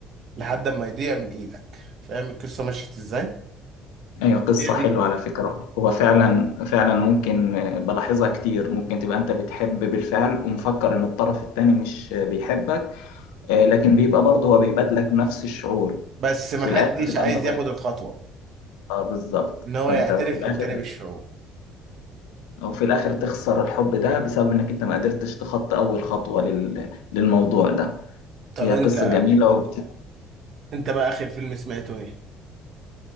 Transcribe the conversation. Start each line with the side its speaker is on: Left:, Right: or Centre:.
Right: لحد ما يضيع من ايدك فاهم القصه مشيت ازاي
Left: ايوه قصة
Right: هي
Left: حلوة
Right: دي كده
Left: على فكرة هو فعلا فعلا ممكن آه، بلاحظها كتير ممكن تبقى انت بتحب بالفعل ومفكر ان الطرف التاني مش آه، بيحبك آه، لكن بيبقى برضه هو بيبادلك نفس الشعور
Right: بس
Left: وفي
Right: محدش
Left: الاخر تبقى
Right: عايز
Left: انت ضايق
Right: ياخد الخطوه
Left: اه بالظبط
Right: ان هو
Left: فانت
Right: يعترف
Left: في الاخر
Right: للتاني بالشعور
Left: وفي الآخر تخسر الحب ده بسبب إنك أنت ما قدرتش تخطي أول خطوة لل... للموضوع ده
Right: طب
Left: هي
Right: انت
Left: قصة جميلة وبت...
Right: انت بقى اخر فيلم سمعته ايه